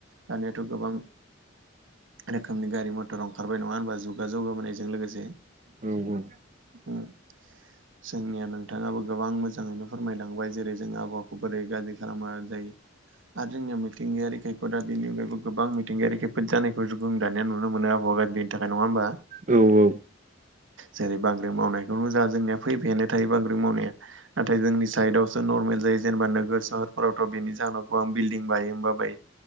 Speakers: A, on the right; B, on the right.
A: दानियाथ' गोबां रोखोमनि गारि मथर ओंखारबाय नङा होनबा जुगा जौगाबोनायजों लोगोसे
B: औ औ
A: ओम जोंनिया नोंथाङाबो गोबां मोजाङैनो फोरमायलांबाय जेरै जों आबहावाखौ बोरै गाज्रि खालामा जायो आरो जोंनि मिथिंगायारि खैफोा बेनि अनगायबो गोबां मिथिंगायारि खैफोद जानायखौ जुगो दानिया नुनो मोनो आबहाआ <unintelligible> बेनि थाखाय नङा होमबा
B: औ औ
A: जेरै बांग्रिं मावनायखौनो जा जोंनिया फैबायानो थायो बांग्र्रि मावनाया नाथाय जोंनि साइदआवसो नर्मेल जायो जेनेबा नोगोर सहरफोरावथ' बेनि जाहोनाव गोबां बिल्डिं बायो होमबा बायो